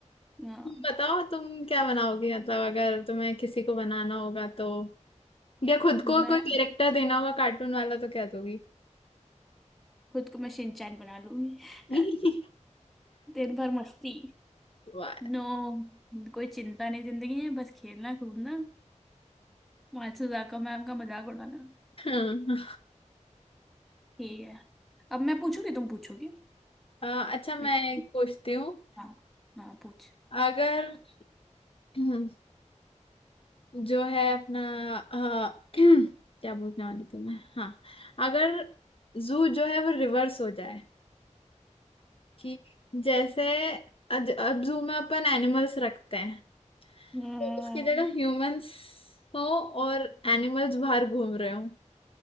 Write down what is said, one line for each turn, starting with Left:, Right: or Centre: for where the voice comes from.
Centre: हाँ
Left: तुम बताओ तुम क्या बनाओगी मतलब अगर तुम्हें किसी को बनाना होगा तो या खुद
Centre: मैं
Left: को कोई कैरेक्टर देना होगा कार्टून वाला तो क्या दोगी
Centre: खुद को मैं शिनचैन बना लूंगी
Left: <laughs>
Centre: <laughs> दिन भर मस्ती
Left: वाह।
Centre: नो कोई चिंता नहीं जिंदगी में बस खेलना कूदना मात्सुजाका मैम का मजाक उड़ाना
Left: हाँ।
Centre: ठीक है अब मैं पूछूंगी तुम पूछोगे
Left: अ, अच्छा मैं
Centre: देखो
Left: एक पूछती हूँ
Centre: हाँ हाँ पूछ
Left: अगर <clears throat> जो है अपना अ, <clears throat> क्या बोलने वाली थी मैं हाँ अगर जू जो है वो रिवर्स हो जाए कि जैसे अज- अब जू में अपन एनिमल्स रखते हैं
Centre: हम्म
Left: तो उसकी जगह ह्यूमंस हो और एनिमल्स बाहर घूम रहे हो